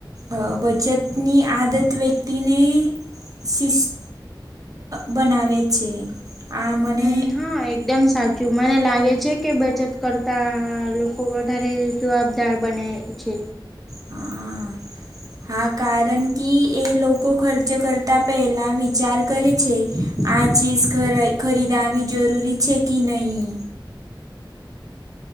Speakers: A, on the right; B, in the centre.
A: અ બચતની આદત વ્યક્તિને શિસ્ત બનાવે છે, આ મને
B: હમ હા એકદમ સાચું મને લાગે છે કે બચત કરતા લોકો વધારે જવાબદાર બને છે.
A: હા હા કારણ કે એ લોકો ખર્ચ કરતા પહેલા વિચાર કરે છે. આ ચીઝ ખ ખરીદવી જરૂરી છે કે નહીં.